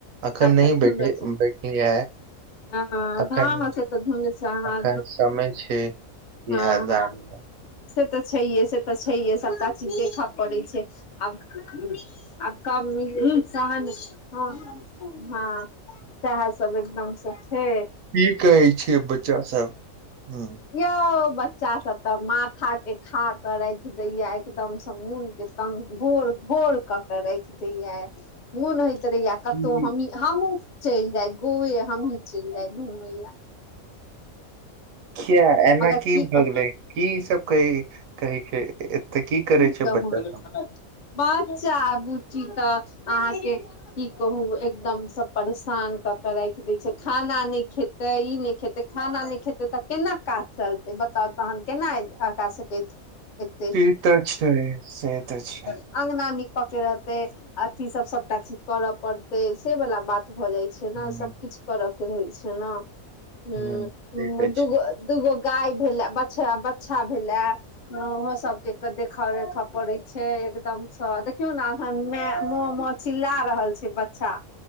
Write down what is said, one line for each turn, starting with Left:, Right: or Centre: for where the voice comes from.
Right: अखन
Left: अच्छा
Right: नहि
Left: धुनर
Right: बैठ बैठलय
Left: से हँ
Right: अखन
Left: हँ से तऽ धुनर से अहाँ
Right: एखन समय छै इहे
Left: हँ
Right: दुआरे
Left: हँ से तऽ छैहे से तऽ छैहे सभटा चीज देखऽ पड़ैत छै आब आब ह हँ सहस सब एकदम स छै
Right: ई कहै छै बच्चा सब हँ
Left: यौ बच्चा सब तऽ माथा के खाक राखि देया एकदमसँ मोन के त घोर घोर कऽ के राखि दैये मोन होइत रहैया कतहु
Right: की
Left: हमहीं हमहुँ चलि जाय गोवे हमहीं चलि जाय घूमय ले
Right: किया एना
Left: मगर
Right: की भऽ
Left: कर
Right: गेलै की सब कै कहै छै
Left: की
Right: करै छै
Left: कहू
Right: बच्चा सब
Left: बच्चा बुच्ची तऽ अहाँके की कहू एकदमसँ परेशान कऽ के राखि दै छै खाना नहि खेत तऽ ई नय खेते खाना नहि खेते तऽ केना काज चलतै बताउ तहन केना का सकैत
Right: <inaudible>
Left: ते
Right: तऽ अ छै से त छै
Left: अंगगना नीप के रहते अथी सब सबटा चीज करऽ पड़ते से वाला बात भ जाय छै
Right: हूँ
Left: छैना सबकछु करऽ के रहै छै ने ह
Right: हूँ ठीक अछि
Left: दगो दूगो गाय भेले बचछा भेलए ओहो सबके के देख रे पड़े छै एकदम से देखियौ ने एखन मे म म चिललाा रहल छै अच्छा